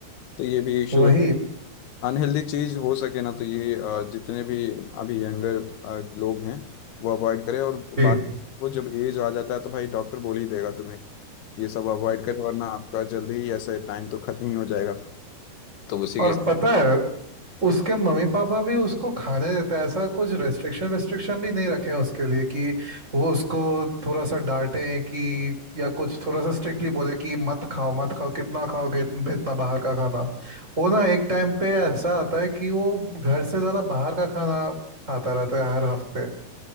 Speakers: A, on the left; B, on the right.
A: तो ये भी इशू
B: वही
A: है अनहेल्दी चीज हो सके ना तो ये अ, जितने भी अभी यंगर लोग हैं वो अवॉइड करें और बाकी
B: जी
A: वो जब एज आ जाता है तो भाई डॉक्टर बोल ही देगा तुम्हें ये सब अवॉइड करें वरना आपका जल्दी ही ऐसे टाइम तो खत्म ही हो जाएगा तो उसी
B: और
A: के
B: पता है उसके मम्मी पापा भी उसको खाने देते हैं ऐसा कुछ रेस्ट्रिक्शन रेस्ट्रिक्शन भी नहीं रखे हैं उसके लिए कि वो उसको थोड़ा सा डांटे कि या कुछ थोड़ा सा स्ट्रिक्टली बोले कि मत खाओ मत खाओ कितना खाओगे इतन- इतना बाहर का खाना वो ना एक टाइम पे ऐसा आता है कि वो घर से ज्यादा बाहर का खाना खाता रहता है हर हफ्ते